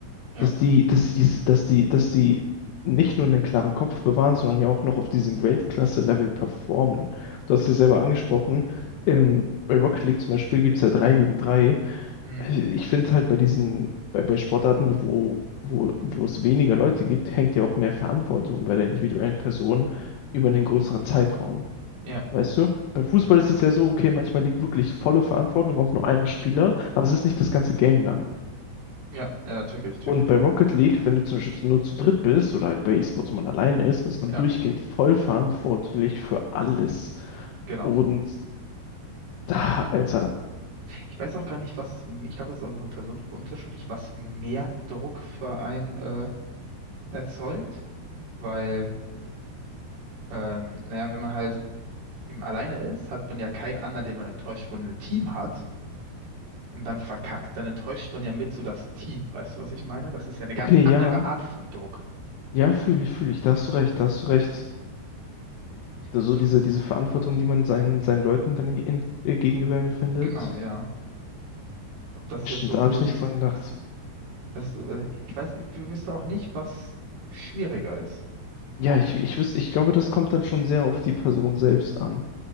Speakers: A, on the right (about 65°); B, on the left (about 80°).
A: Ja,
B: dass die, dass die, diese- dass die, dass die nicht nur einen klaren Kopf bewahren, sondern ja auch noch auf diesem Weltklasse-Level performen. Du hast es ja selber angesprochen, ähm, bei Rocket League zum Beispiel gibt es ja 3 gegen 3.
A: mhm.
B: Ich finde halt bei diesen, bei, bei Sportarten, wo, wo, wo es weniger Leute gibt, hängt ja auch mehr Verantwortung bei der individuellen Person über einen größeren Zeitraum.
A: Ja,
B: Weißt du? Beim Fußball ist es ja so, okay, manchmal liegt wirklich volle Verantwortung auf nur einem Spieler, aber es ist nicht das ganze Game lang.
A: ja, ja, check ich, check
B: Und
A: ich.
B: bei Rocket League, wenn du zum Beispiel nur zu dritt bist oder halt bei E-Sports, wo man alleine ist, ist man
A: Ja,
B: durchgehend voll verantwortlich für alles.
A: genau.
B: Und da, Alter,
A: Ich weiß auch gar nicht, was, ich glaube, das ist auch von Person zu Person unterschiedlich, was mehr Druck für einen äh, erzeugt, weil Ähm, naja, wenn man halt eben alleine ist, hat man ja keinen anderen, den man enttäuscht. Wenn man ein Team hat und dann verkackt, dann enttäuscht man ja mit so das Team. Weißt du, was ich meine? Das ist ja eine ganz
B: okay,
A: andere
B: ja,
A: Art von Druck.
B: ja, fühle ich, fühle ich, da hast du recht, da hast du recht. so
A: So,
B: diese,
A: das,
B: diese Verantwortung, die man seinen, seinen Leuten dann in, äh, gegenüber empfindet.
A: genau, ja. Ob das
B: Stimmt,
A: jetzt so viel.
B: da habe ich nicht dran gedacht.
A: Das, äh, ich weiß, ich wüsste auch nicht, was schwieriger ist.
B: Ja, ich, ich wüsste, ich glaube, das kommt dann schon sehr auf die Person selbst an,